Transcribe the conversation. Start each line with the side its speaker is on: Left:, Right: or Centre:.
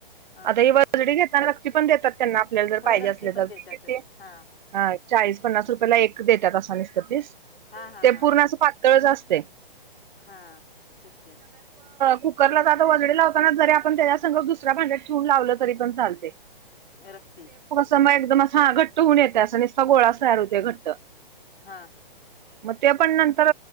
Left: हा
Right: आता ही वजडी घेतना रक्ती पण देतात त्यांना आपल्याला जर
Left: होय
Right: पाहिजे
Left: रक्ती
Right: असले
Left: पण
Right: तर ते
Left: देतातच
Right: किती
Left: हा
Right: हा चाळीस पन्नास रुपयाला एक देतात असं नुसतं पीस
Left: हा हा
Right: ते
Left: हा
Right: पूर्ण असं पातळच असतय
Left: हा तेच कि
Right: कुकरलाच आता वजडी लावताना जरी आपण त्याच्यासग दुसऱ्या भांड्यात ठेवून लावलं तरी पण चालतंय
Left: रक्ती
Right: स मग एकदम हा घट्ट होऊन येतय अस निसता गोळाच तयार होतर घट्ट
Left: हा
Right: मग ते पण नंतर